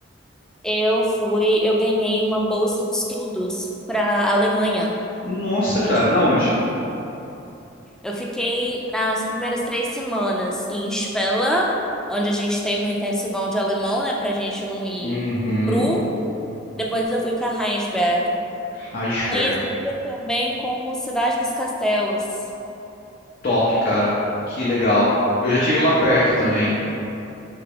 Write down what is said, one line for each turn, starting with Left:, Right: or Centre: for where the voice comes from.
Centre: Eu fui, eu ganhei uma bolsa de estudos para a Alemanha.
Left: Nossa, cara,
Centre: E
Left: na onde?
Centre: Eu fiquei as primeiras três semanas em Spella, onde a gente teve um intensivão de alemão, né, pra gente não ir
Left: Uhum,
Centre: cru. Depois eu fui para Heinsberg,
Left: Iceberg.
Centre: conhecida também como Cidade dos Castelos,
Left: Top, cara. Que legal. Eu já tive lá perto também.